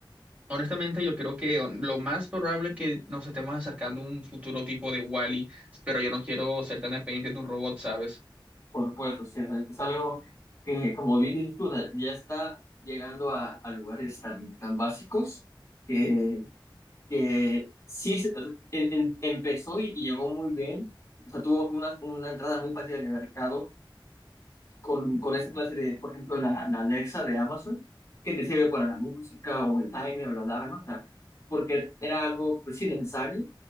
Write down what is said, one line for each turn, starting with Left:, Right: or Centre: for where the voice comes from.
Right: Honestamente, yo creo que um, lo más probable es que nos estemos acercando a un futuro tipo de Wall-E, pero yo no quiero ser tan dependiente de un robot, ¿sabes?
Left: Por supuesto, sí, es es algo que, como bien dices tú, o sea, ya está llegando a, a lugares tan, tan básicos que que sí se- o sea, em- em- empezó y, y llegó muy bien. O sea, tuvo una, una entrada muy fácil en el mercado con, con esa clase de, por ejemplo, la, la Alexa de Amazon, que te sirve para la música o el timer o la alarma, o sea, porque era algo, pues sí, necesario